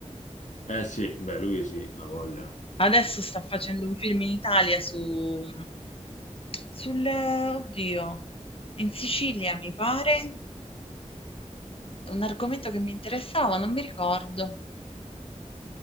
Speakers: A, on the left; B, on the left.
A: Eh, sì, beh, lui sì, una voglia.
B: Adesso sta facendo un film in Italia su... sul... oddio, in Sicilia mi pare, un argomento che mi interessava, non mi ricordo.